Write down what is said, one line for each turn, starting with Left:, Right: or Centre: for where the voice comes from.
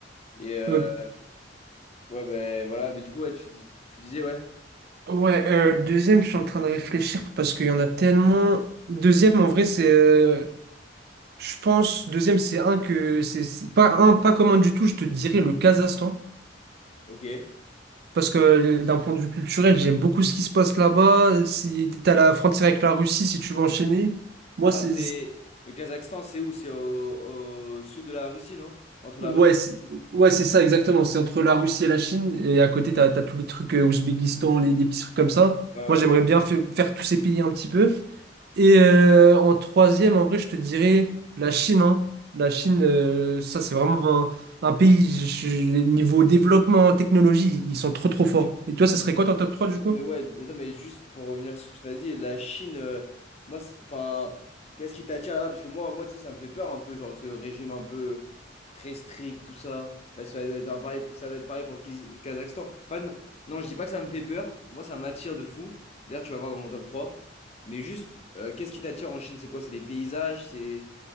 Left: Et euh,
Right: Euh,
Left: ouais, ben voilà. Mais du coup, ouais, tu dis, tu disais, ouais.
Right: ouais, euh, deuxième, je suis en train de réfléchir parce qu'il y en a tellement. Deuxième, en vrai, c'est. euh, je pense, deuxième, c'est un que. C'est c'est pas un, pas commun du tout, je te dirais le Kazakhstan.
Left: Ok.
Right: Parce que euh, d'un point de vue culturel, j'aime beaucoup ce qui se passe là-bas. Si t'as la frontière avec la Russie, si tu veux enchaîner. Moi,
Left: Attends,
Right: c'est.
Left: c'est le Kazakhstan, c'est où? C'est au, au sud de la Russie, non? Entre
Right: Ouais,
Left: la Russie et la
Right: c'est
Left: Chine.
Right: ouais, c'est ça, exactement. C'est entre la Russie et la Chine. Et à côté, t'as, t'as tous les trucs euh, Ouzbékistan, les, les petits trucs comme ça.
Left: Ouais,
Right: Moi,
Left: ouais.
Right: j'aimerais bien fa- faire tous ces pays un petit peu. Et euh, en troisième, en vrai, je te dirais la Chine. hein. La Chine, euh, ça, c'est vraiment un, un pays, je- je- niveau développement, technologie, ils sont trop, trop forts. Et toi, ça serait quoi ton top 3 du
Left: Attends,
Right: coup?
Left: mais ouais, attends, mais juste pour revenir sur ce que tu as dit, la Chine, euh, moi, c'est- enfin, qu'est-ce qui t'attire là-bas? Parce que moi, moi, tu sais, ça me fait peur un peu, genre ce régime un peu très strict, tout ça. Bah, ça va être un pareil, ça va être pareil pour le Kiz- Kazakhstan. Enfin, non, non, je dis pas que ça me fait peur. Moi, ça m'attire de fou. D'ailleurs, tu vas voir dans mon top trois Mais juste, euh, qu'est-ce qui t'attire en Chine? C'est quoi? C'est les paysages? C'est.